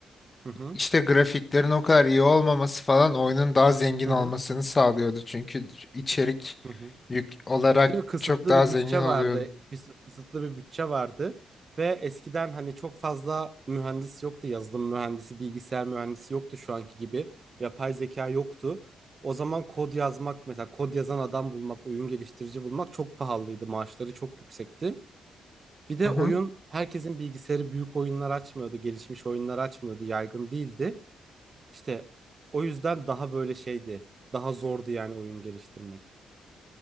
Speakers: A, on the right (about 30°); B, on the left (about 20°).
A: Hı hı.
B: İşte grafiklerin o kadar iyi olmaması falan oyunun daha zengin
A: Hı
B: olmasını
A: hı.
B: sağlıyordu. Çünkü içerik
A: Hı hı.
B: yük olarak
A: Değil mi? Kısıtlı
B: çok daha
A: bir
B: zengin
A: bütçe
B: oluyordu.
A: vardı. Kıs- Kısıtlı bir bütçe vardı. Ve eskiden hani çok fazla mühendis yoktu. Yazılım mühendisi, bilgisayar mühendisi yoktu şu anki gibi. Yapay zeka yoktu. O zaman kod yazmak mesela kod yazan adam bulmak, oyun geliştirici bulmak çok pahalıydı. Maaşları çok yüksekti. Bir de
B: Hı
A: oyun
B: hı.
A: herkesin bilgisayarı büyük oyunlar açmıyordu. Gelişmiş oyunlar açmıyordu. Yaygın değildi. İşte o yüzden daha böyle şeydi. Daha zordu yani oyun geliştirmek.